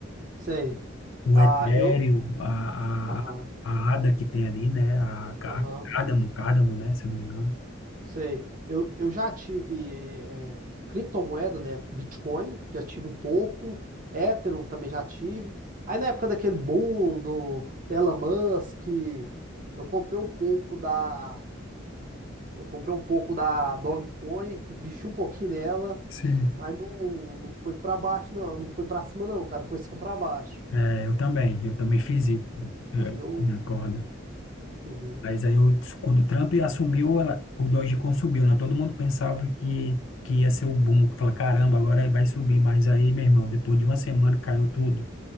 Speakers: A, on the right (about 45°); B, on the left (about 80°).
A: Sei.
B: O
A: Ah,
B: Ethereum,
A: eu.
B: a,
A: Aham.
B: a, a ADA que tem ali, né? A, Ca-
A: Aham.
B: a Cardano, Cardano, né? Se eu não me engano.
A: Sei. Eu, eu já tive eh, criptomoeda, né? Bitcoin, já tive um pouco. Ethereum também já tive. Aí na época daquele boom do, do Elon Musk, eu comprei um pouco da. Eu comprei um pouco da Dogecoin, investi um pouquinho nela,
B: Sim.
A: mas não, não foi pra baixo, não. Não foi pra cima, não, cara. Foi só pra baixo.
B: É, eu também, eu também fiz isso eh,
A: Aí eu.
B: na corda.
A: Uhum.
B: Mas aí, eu, quando o Trump assumiu, ela- o Dogecoin subiu, né? Todo mundo pensava que, que ia ser o boom, que fala, caramba, agora vai subir. Mas aí, meu irmão, depois de uma semana caiu tudo.